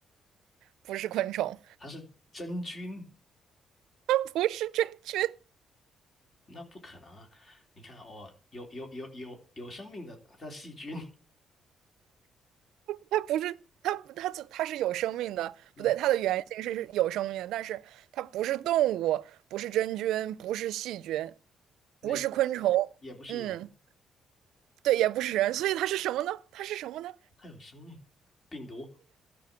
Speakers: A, on the right; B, on the left.
A: 不是昆虫，
B: 它是真菌，
A: <laughs> 不是真菌，
B: 那不可能啊！你看，哦，有有有有有生命的，它细菌，
A: 它不是它它它是有生命的，
B: 嗯，
A: 不对，它的原型是是有生命的，但是它不是动物，不是真菌，不是细菌，
B: 那也不
A: 不是昆虫，
B: 也不是人，
A: 嗯，对，也不是人，所以它是什么呢？它是什么呢？
B: 它有生命，病毒，